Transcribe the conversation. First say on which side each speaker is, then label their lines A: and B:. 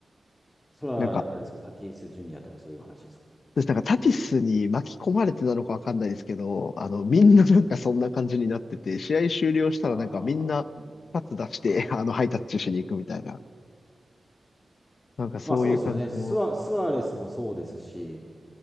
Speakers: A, on the left; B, on the left.
A: それは、
B: なんか、
A: あれですか、タティス・ジュニアとかそういう話ですか。
B: 私なんかタピスに巻き込まれてなのかわかんないですけど、あの、みんななんかそんな感じになってて、試合終了したらなんかみんなパス出して、
A: まあまあまあ。うん。
B: <laughs> あの、ハイタッチしに行くみたいな。なんかそういう感じも。
A: まあそうですよね。スワスアレスもそうですし、